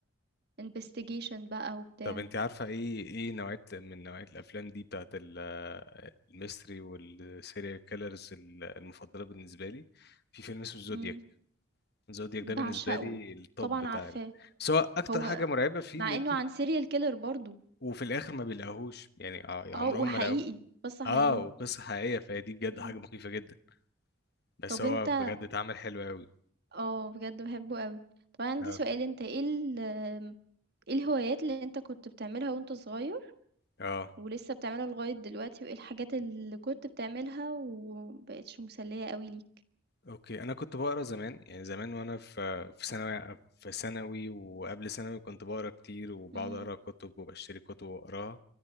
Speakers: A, on the right; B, on the left.
A: investigation بقى وبتاع
B: طب انت عارفه ايه ايه نوعيه من نوعيه الافلام دي بتاعت ال- آه، الميستري والسيريال كيلرز المفضله بالنسبه لي في فيلم اسمه زودياك
A: مم.
B: زودياك ده بالنسبه
A: بعشقه
B: لي التوب
A: طبعا
B: بتاع
A: عارفاه
B: ال... بس هو اكتر
A: هو
B: حاجه مرعبه فيه
A: مع
B: ان انت
A: انه عن سيريال كيلر برضو
B: وفي الاخر ما بيلاقوهوش يعني اه يعني عمرهم
A: اه وحقيقي
B: ما لاقوه
A: قصة
B: اه
A: حقيقية
B: وقصه حقيقيه فهي دي بجد
A: مم.
B: حاجه مخيفه جدا بس
A: طب
B: هو
A: انت
B: بجد اتعمل حلو قوي
A: اه بجد بحبه قوي طب أنا عندي
B: اه
A: سؤال انت ايه ال... ايه الهوايات اللي انت كنت بتعملها وانت صغير
B: اه
A: ولسه بتعملها لغاية دلوقتي وإيه الحاجات اللي كنت بتعملها ومبقتش مسلية قوي ليك
B: اوكي انا كنت بقرا زمان يعني زمان وانا في في ثانوي في ثانوي وقبل ثانوي كنت بقرا كتير وبقعد
A: امم
B: اقرا كتب وبشتري كتب واقراها